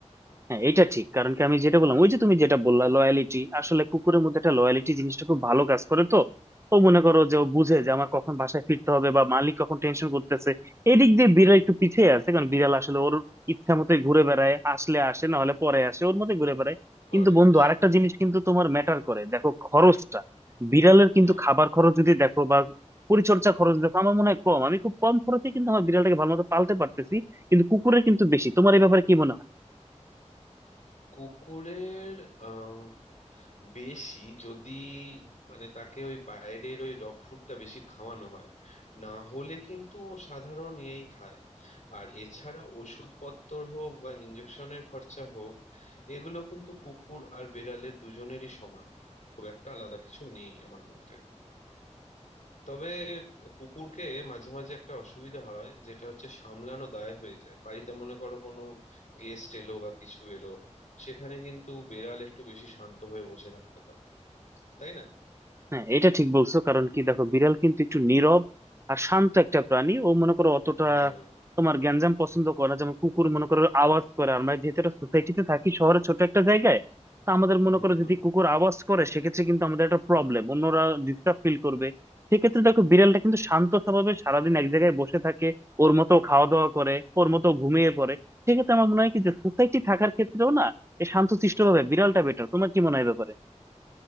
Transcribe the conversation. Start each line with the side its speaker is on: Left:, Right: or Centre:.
Right: হ্যাঁ এটা ঠিক কারণ কি আমি যেটা বললাম ওই যে তুমি যেটা বললা লয়ালিটি আসলে কুকুরের মধ্যে একটা লয়ালিটি জিনিসটা খুব ভালো কাজ করে তো ও মনে করো যে ও বুঝে যে আমার কখন বাসায় ফিরতে হবে বা মালিক কখন টেনশন করতেছে এদিক দিয়ে বিড়াল একটু পিছিয়ে আছে কারণ বিড়াল আসলে ওর ইচ্ছা মতো ঘুরে বেড়ায় আসলে আসে না হলে পরে আসে ওর মতো ঘুরে বেড়ায়
Left: পরে
Right: কিন্তু বন্ধু
Left: আসে
Right: আরেকটা
Left: হ্যাঁ
Right: জিনিস কিন্তু তোমার ম্যাটার করে দেখো খরচটা বিড়ালের কিন্তু
Left: হুম
Right: খাবার খরচ যদি দেখো বা পরিচর্যা খরচ দেখো আমার মনে হয় কম আমি খুব কম খরচে কিন্তু আমার বিড়ালটাকে ভালো মতো পালতে পারতেছি কিন্তু কুকুরের কিন্তু বেশি তোমার এই ব্যাপারে কি মনে হয়
Left: কুকুরের আহ, বেশি যদি মানে তাকে ওই বাইরের ওই ডগ ফুডটা বেশি খাওয়ানো হয় না হলে কিন্তু ও সাধারণ ইয়েই খায় আর এছাড়া ওষুধপত্র হোক বা ইঞ্জেকশনের খরচা হোক এগুলো কিন্তু কুকুর আর বেড়ালের দুজনেরই সমান খুব একটা আলাদা কিছু নেই আমার মতে তবে কুকুরকে মাঝে মাঝে একটা অসুবিধা হয় যেটা হচ্ছে সামলানো দায় হয়ে যায় বাড়িতে মনে করো কোনো গেস্ট এলো বা কিছু এলো সেখানে কিন্তু বেড়াল একটু বেশি শান্ত হয়ে বসে থাকতে পারে তাই না
Right: হ্যাঁ এটা ঠিক বলছো কারণ কি দেখো বিড়াল কিন্তু একটু নীরব আর শান্ত একটা প্রাণী ও মনে করো অতটা
Left: হুম
Right: তোমার গ্যাঞ্জাম পছন্দ করে না যেমন কুকুর মনে করো আওয়াজ করে আমরা যেহেতু একটা সোসাইটিতে থাকি শহরে ছোট একটা জায়গায় তো আমাদের মনে
Left: হুম
Right: করো যদি কুকুর আওয়াজ করে সেক্ষেত্রে কিন্তু আমাদের একটা প্রবলেম অন্যরা ডিস্টার্ব ফিল করবে সেক্ষেত্রে দেখো বিড়ালটা কিন্তু শান্ত স্বভাবে সারাদিন এক জায়গায় বসে থাকে ওর মতো খাওয়া দাওয়া করে ওর মতো ঘুমিয়ে পড়ে সেক্ষেত্রে আমার মনে হয় কি যে সোসাইটি থাকার ক্ষেত্রেও না এই শান্তশিষ্ট ভাবে বিড়ালটা বেটার তোমার কি মনে হয় এ ব্যাপারে